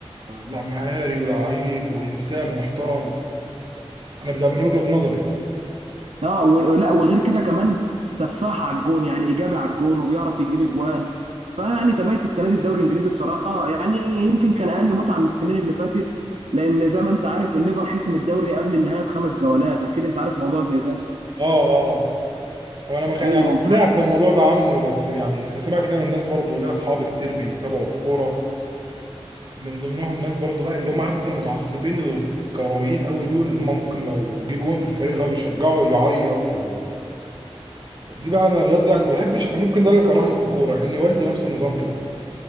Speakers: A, on the right; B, on the right.
A: لا مهاري ولاعيب وانسان محترم انا ده من وجهه نظري
B: اه ولا وغير كده كمان سفاح على الجون يعني ايجابي على الجون وبيعرف يجيب اجوان فيعني تابعت السنه دي الدوري الانجليزي بصراحه يعني يمكن كان اقل متعه من السنين اللي فاتت لان زي ما انت عارف الليفر حسم الدوري قبل النهايه بخمس جولات اكيد انت عارف موضوع زي ده
A: اه اه هو انا ما كان
B: ايوه
A: يعني سمعت
B: وفعلا
A: الموضوع ده عنه بس يعني سمعت كده من الناس برضو ليا اصحابي كتير بيتابعوا الكوره من ضمنهم ناس برضو بقى اللي هم عارف انت المتعصبين الكرويين قوي دول اللي هم ممكن لو جه جون في الفريق اللي هو بيشجعه يعيط و... دي بقى انا الرياضه دي يعني ما بحبش انا ممكن ده اللي كرهني في الكوره ان والدي نفس النظام كده